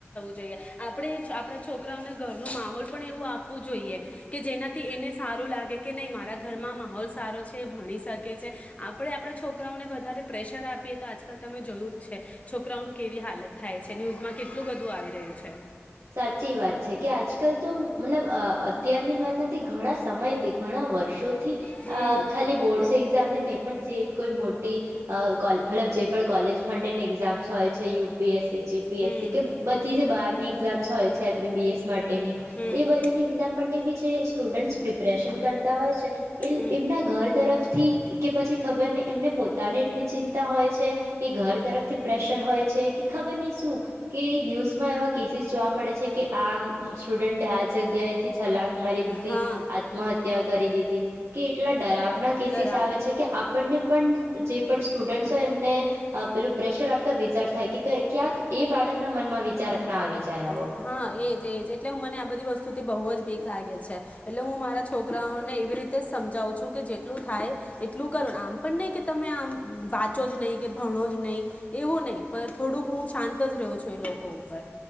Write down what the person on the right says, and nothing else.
સાચી વાત છે કે આજકાલ તો મતલબ અ અત્યારની જ વાત નથી ઘણા સમયથી ઘણા વર્ષો થી
અ ખાલી બોર્ડસ એક્ઝામની પણ જે કોઈ મોટી કોઈ અ કોલ મતલબ જે પણ કોલેજ માટેની એક્ઝામ્સ હોય છે યુ પી એસ એ જી પી
એસ સી કે બધી જે બહારની હોય છે એમ બી બી એસ માટેની
એ બધાની એક્ઝામ માટે બી છે. સ્ટુડન્સ પ્રિપરેશન કરતા હોય છે. એલ
એમના ઘર તરફથી કે કે પછી ખબર ની એમને પોતાને એટલી ચિંતા હોય છે કે ઘર તરફથી પ્રેશર હોય છે કે ખબર ની શું કે ન્યૂઝમાં એવા કેસીસ જોવા મળે છે કે આમ સ્ટુડન્ટ આ જગ્યાથી છલાંગ મારી દીઘી,
આત્મહત્યા કરી દીધી કે એટલે ડરાવના કેસીસ
આવે છે કે આપણને પણ જે પણ સ્ટુડન્સ તો એમને અ પેલું પ્રેશર આપ ત વિચાર થાય કે કય ક્યાંક એ બાળકના મનમાં વિચાર ના આવે છે. <inaudible>